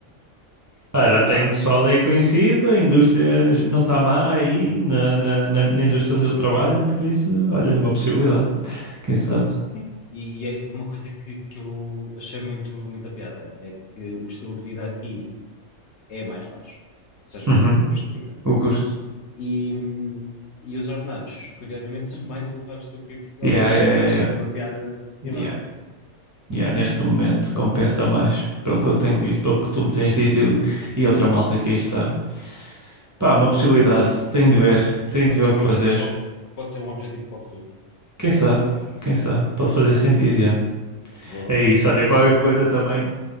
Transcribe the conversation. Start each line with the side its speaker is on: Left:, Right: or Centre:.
Right: Ah, já
Left: Epá,
Right: tenho pessoal aí conhecido, a indústria n- não está má aí, na, na, na, na indústria onde eu trabalho, por isso, olha, é uma possibilidade, quem sabe.
Left: sim. E, e é uma coisa que, que eu achei muito, muita piada é que o estilo de vida aqui é mais baixo, ou seja,
Right: Uhum.
Left: o, o custo de vida,
Right: O custo.
Left: e, hum, e os ordenados, curiosamente, <laughs> são mais elevados do que em Portugal,
Right: Yeah,
Left: por isso
Right: yeah,
Left: eu achei
Right: yeah, yeah.
Left: uma piada enorme.
Right: Yeah, Yeah, neste momento compensa mais, pelo que eu tenho visto, pelo que tu me tens dito e, o- e outra malta que aí está. Pá, uma possibilidade. Tenho de ver,
Left: Olha,
Right: tenho
Left: pode
Right: de ver
Left: ser
Right: o
Left: um
Right: que
Left: objetivo
Right: fazer.
Left: para o, fu- pode ser um objetivo para o futuro.
Right: Quem sabe, quem sabe, pode fazer sentido, yeah.
Left: Boa,
Right: É isso,
Left: boa.
Right: olha, qualquer coisa também